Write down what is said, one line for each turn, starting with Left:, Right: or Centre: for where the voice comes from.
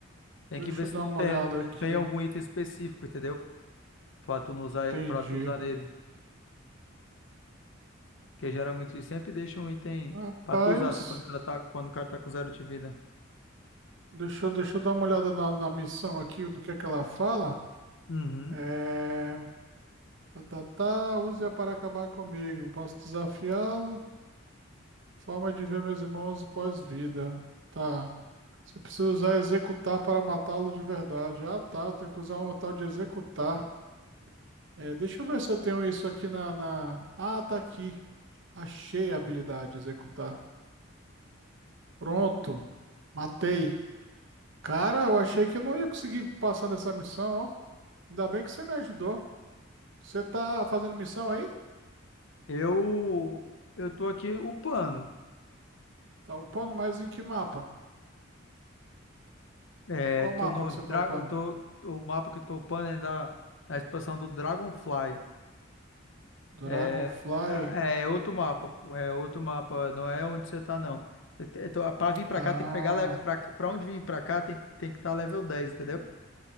Left: Tem
Right: Deixa
Left: que ver
Right: eu
Left: se
Right: dar
Left: tu não
Right: uma
Left: tem,
Right: olhada
Left: não
Right: aqui.
Left: tem algum item específico, entendeu? Pra tu não usar,
Right: Entendi.
Left: pra tu usar nele. Porque geralmente eles sempre deixam um item
Right: Rapaz,
Left: pra tu usar assim quando o cara tá, quando o cara tá com zero de vida.
Right: deixa, eu- deixa eu dar uma olhada na, na missão aqui, do que é que ela fala.
Left: Uhum.
Right: É... Tá, tá, tá, use-a para acabar comigo. Posso desafiá-lo? Forma de ver meus irmãos pós-vida. Tá. Você precisa usar executar para matá-lo de verdade. Ah, tá. Tem que usar um tal de executar. É, deixa eu ver se eu tenho isso aqui na, na... Ah, tá aqui. Achei a habilidade executar. Pronto. Matei. Cara, eu achei que eu não ia conseguir passar dessa missão, ó. Ainda bem que você me ajudou. Você tá fazendo missão aí?
Left: Eu, eu tô aqui upando.
Right: Tá upando, mas em que mapa?
Left: É,
Right: Qual
Left: tô
Right: mapa
Left: no
Right: que você
Left: dra-
Right: tá upando?
Left: eu tô, o mapa que eu tô upando é da, da expansão do Dragonfly.
Right: Dragonfly.
Left: É, é é outro mapa, pô, é outro mapa, não é onde você tá, não. Eu te- eu tô- Pra vir pra
Right: Ah.
Left: cá tem que pegar, le- pra, pra onde vir pra cá tem, tem que estar level 10, entendeu?